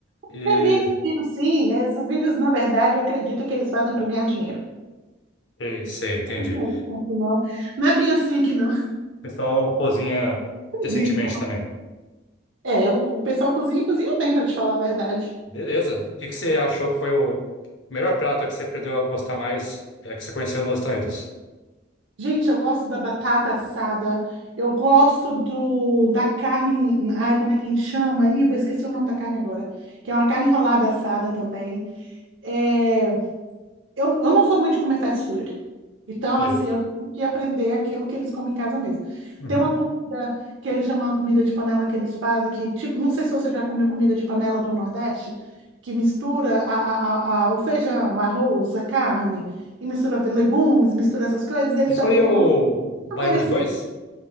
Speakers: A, on the left; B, on the right.
A: E.
B: Eu vi esses vídeos, sim, esses vídeos, na verdade, eu acredito que eles fazem para ganhar dinheiro.
A: Sei, sei, entendi.
B: <laughs>
A: O
B: Não, não é bem assim aqui, não.
A: pessoal cozinha
B: <laughs>
A: decentemente
B: Vivo.
A: também.
B: É, o, o pessoal cozinha e cozinha bem, para te falar a verdade.
A: Beleza. O que que você achou que foi o melhor prato que você aprendeu a gostar mais, é, que você conheceu nos Estados Unidos?
B: Gente, eu gosto da batata assada, eu gosto do, da carne. Ai, como é que a gente chama? aí? vou esquecer o nome da carne agora. Que é uma carne enrolada assada também. É, Eu, eu não sou muito de comer fast food. Então,
A: Sei.
B: assim, eu tive que aprender aquilo que eles comem em casa mesmo.
A: Uhum.
B: Tem uma comida que eles chamam de comida de panela que eles fazem, que, tipo, não sei se você já comeu comida de panela do Nordeste, que mistura a, a, a, a- o feijão, o arroz, a carne, e mistura legumes, mistura essas coisas. Eles
A: Isso
B: também
A: aí é
B: têm
A: o
B: uma
A: baião
B: parecida
A: de dois?